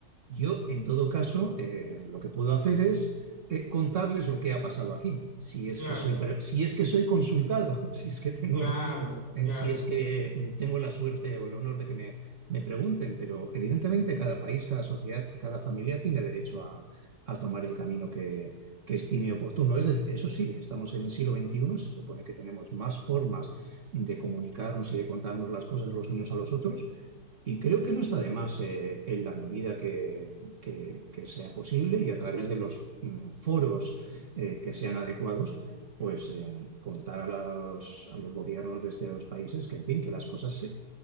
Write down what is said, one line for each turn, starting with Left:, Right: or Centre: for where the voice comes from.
Right: Yo, en todo caso, eh, lo que puedo hacer es eh, contarles lo que ha pasado aquí, si es
Left: Claro,
Right: que soy, si es que soy consultado, <laughs> si es que tengo
Left: claro,
Right: eh,
Left: claro.
Right: si es que mm, tengo la suerte o el honor de que me, me pregunten, pero evidentemente cada país, cada sociedad y cada familia tiene derecho a, a tomar el camino que, que estime oportuno. Es de- eso sí, estamos en el siglo veintiuno se supone que tenemos más formas de comunicarnos y de contarnos las cosas los unos a los otros, y creo que no está de más eh, en la medida que, que- que sea posible y a través de los mm, foros eh, que sean adecuados, pues eh, contar a los, a los gobiernos de estos países que, en fin, que las cosas se-